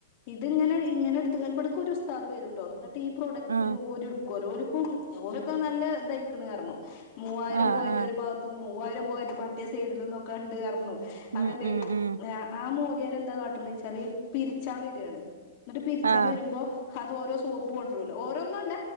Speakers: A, on the left; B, on the right.
A: ഇത് ഇങ്ങനെ ഇങ്ങനെ ഇട്ത്ത് ഇബടക്കൊര് ഉസ്താദ് വരുട്ടോ. ഇന്നട്ട് ഈ പ്രോഡക്റ്റ്
B: ആഹ്
A: ഓര്ട്ക്കോല്ലോ. ഓൽക്കും ഓരൊക്കെ നല്ല ഇദായ്ക്ക്ണ് പർഞ്ഞു. മൂവായിരം
B: ആഹ്
A: പോയന്റ്
B: ആഹ്
A: ഒരു ഭാഗത്തും മൂവായിരം പോയിന്റ് മറ്റേ സൈഡിലും ന്നൊക്കെ ണ്ട് പർണു.
B: ഉം
A: അതല്ലേ.
B: ഉം ഉം
A: ആ മോല്യാര് എന്താ കാട്ട്ണ്ന്ന് വെച്ചാല് പിരിച്ചാൻ വരാണ്. എന്നിട്ട് പിരിച്ചാൻ
B: ആഹ്
A: വരുമ്പോ അത് ഓരോ സോപ്പ് കൊണ്ടരോല്ലോ ഓരോന്നും അല്ല